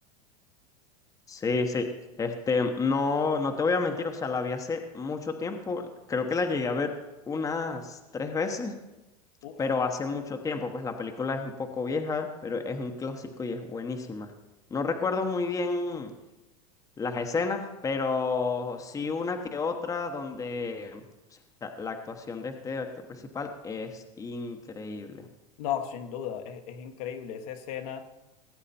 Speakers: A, on the left; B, on the left.
A: sí, sí. Este, no, no te voy a mentir, o sea, la vi hace mucho tiempo. Creo que la llegué a ver unas tres veces,
B: Uf.
A: pero hace mucho tiempo. Pues la película es un poco vieja, pero es un clásico y es buenísima. No recuerdo muy bien las escenas, pero sí una que otra donde o sea, la actuación de este actor principal es increíble.
B: No, sin duda, es, es increíble esa escena